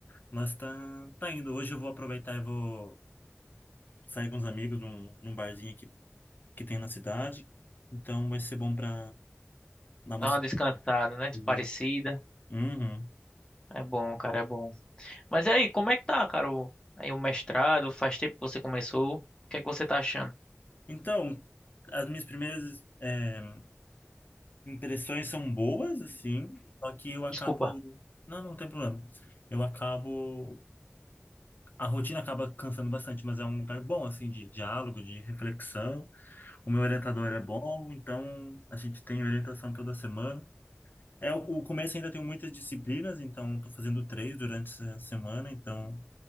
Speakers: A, on the left; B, on the left.
A: Mas tá, tá indo. Hoje eu vou aproveitar e vou sair com os amigos num, num barzinho aqui que tem na cidade. Então vai ser bom para dar uma
B: Dá uma descansada, né?
A: socializada.
B: Parecida.
A: Uhum.
B: É bom, cara, é bom. Mas aí, como é que tá, cara? o- aí o mestrado, faz tempo que você começou. O que é que você tá achando?
A: Então, as minhas primeiras eh, impressões são boas, assim, só que eu acabo.
B: Desculpa.
A: Não, não tem problema. Eu acabo a rotina acaba cansando bastante, mas é um lugar bom, assim, de diálogo, de reflexão. O meu orientador é bom, então a gente tem orientação toda semana. É, o, o começo ainda tem muitas disciplinas, então estou fazendo três durante essa semana, então